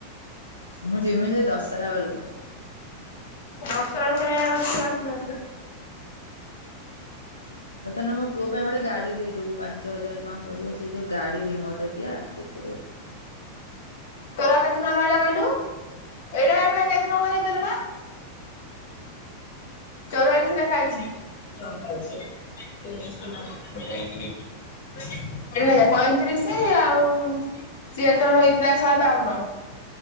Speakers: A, on the left; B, on the left.
A: ମୁଁ ଯମି ସେଇ ଦଶହରା ବେଳକୁ।
B: ଦଶହରା କାହିଁ ଆଉ ଆସିବୁ ଆସିନା
A: ହଉ ତାହେଲେ ମୋ ପୁଅ ପାଇଁ ଗୋଟେ ଗାଡି ଦେଇଦବୁ ପାଞ୍ଚ ହଜାର ଟଙ୍କା ପଡିବ ସେ ଯୋଉ ଗାଡି ରିମୋଟ ଦିଆ ସେ। <inaudible>
B: ତୋର ଆଉ କେତେ ତାଙ୍କ ରହିଲା କହିଲୁ ଏଇଟା ଏ କେତେ ଟଙ୍କା ତେଲଟା। ଚଉରାଳିସି ଲେଖା ହେଇଚି। <unintelligible> ପଇଁତିରିଶ ଆଉ ସିଏ ତୋର ହେଇଥିଲା ଶହେ ବାଉନ।